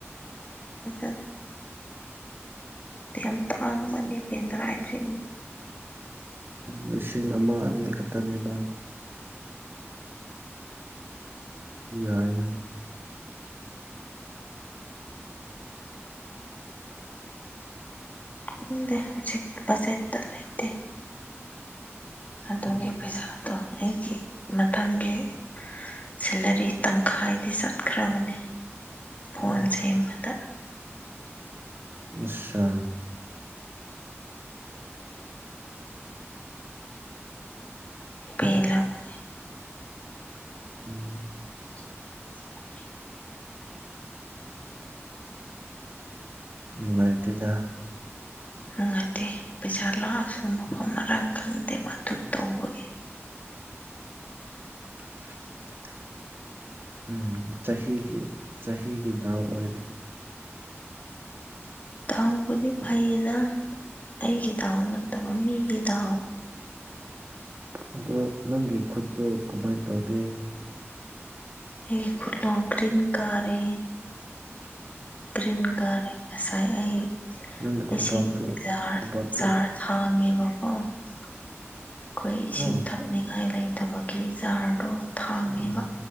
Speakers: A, on the left; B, on the right.
A: <unintelligible> ꯌꯥꯝ ꯇꯥꯡꯕꯅꯤ ꯄꯦꯟꯗ꯭ꯔꯥ ꯍꯥꯏꯁꯦ
B: ꯂꯤꯁꯤꯡ ꯑꯃ ꯑꯅꯤ ꯈꯛꯇꯅꯦꯕ ꯌꯥꯏꯅꯥ
A: ꯈꯪꯗꯦ ꯍꯧꯖꯤꯛ ꯕꯖꯦꯠꯇ ꯂꯩꯇꯦ ꯑꯗꯨꯒꯤ
B: ꯎꯝ
A: ꯄꯩꯁꯥ ꯇꯣ ꯑꯩꯒꯤ ꯃꯊꯪꯒꯤ ꯁꯦꯂꯔꯤ ꯇꯪꯈꯥꯏꯗꯤ ꯆꯠꯈ꯭ꯔꯕꯅꯦ ꯐꯣꯟ
B: ꯎꯝ
A: ꯁꯦꯝꯕꯗ
B: ꯑꯠꯁꯥ
A: ꯄꯦꯜꯂꯥꯕꯥ
B: ꯎꯝ
A: <inaudible>
B: ꯅꯨꯡꯉꯥꯏꯇꯦꯗꯥ
A: ꯅꯨꯡꯉꯥꯏꯇꯦ ꯄꯩꯁꯥ ꯂꯥꯛꯑꯁꯨ ꯃꯐꯝ ꯃꯔꯥꯡ ꯈꯪꯗꯦꯕ ꯑꯗꯨ ꯇꯧꯕꯒꯤ
B: <unintelligible> ꯎꯝ ꯆꯍꯤꯒꯤ ꯆꯍꯤꯒꯤ ꯗꯥꯎ ꯑꯣꯏꯔꯦ
A: ꯗꯥꯎꯕꯨꯗꯤ ꯐꯩꯌꯦꯗ ꯑꯩꯒꯤ ꯗꯥꯎ ꯅꯠꯇꯕ ꯃꯤꯒꯤ ꯗꯥꯎ
B: ꯑꯗꯣ ꯅꯪꯒꯤ ꯈꯨꯠꯇꯨ ꯀꯃꯥꯏꯅ ꯇꯧꯒꯦ
A: ꯑꯩ ꯈꯨꯠ ꯒꯔꯤꯟ ꯀꯥꯔꯦ
B: <unintelligible>
A: ꯒꯔꯤꯟ ꯀꯥꯔꯦ ꯉꯁꯥꯏ ꯑꯩ
B: ꯅꯪꯒꯤ ꯈꯨꯕꯥꯛꯇꯨ
A: ꯏꯁꯤꯡ ꯖꯥꯔ
B: ꯈꯨꯕꯥꯛꯇꯨ
A: ꯖꯥꯔ ꯊꯥꯡꯉꯦꯕꯀꯣ ꯑꯩꯈꯣꯏ ꯏꯁꯤꯡ
B: ꯑ
A: ꯊꯛ ꯊꯛꯅꯤꯡꯉꯥꯏ ꯂꯩꯇꯕꯒꯤ ꯖꯥꯔꯗꯣ ꯊꯥꯡꯉꯦꯕ
B: ꯑꯣ